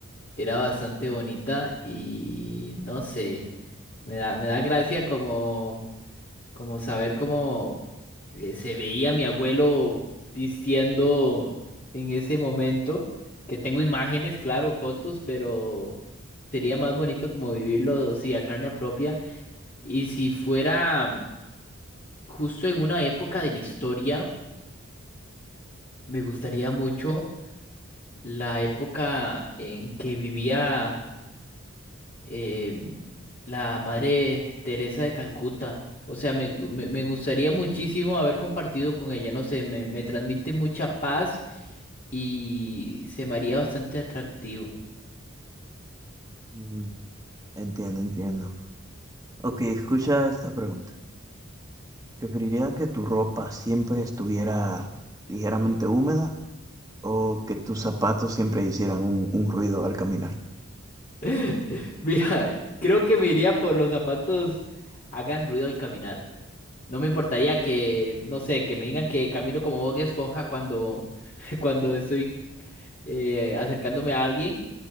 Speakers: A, on the left (about 40°); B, on the right (about 15°).
A: era bastante bonita y no sé, me da, me da gracia como Como saber cómo eh, se veía mi abuelo vistiendo en ese momento, que tengo imágenes, claro, fotos, pero sería más bonito como vivirlo, sí, a carne propia. Y si fuera justo en una época de la historia, me gustaría mucho la época en que vivía. eh, la madre Teresa de Calcuta. O sea, me, me- me gustaría muchísimo haber compartido con ella. No sé, me, me transmite mucha paz y se me haría bastante atractivo.
B: Mm, entiendo, entiendo. Ok, escucha esta pregunta. ¿Preferirías que tu ropa siempre estuviera ligeramente húmeda o que tus zapatos siempre hicieran un, un ruido al caminar?
A: <laughs> Mira, creo que me iría por los zapatos hagan ruido al caminar. No me importaría que, no sé, que me digan que camino como Bob Esponja cuando, <laughs> cuando estoy eh, acercándome a alguien.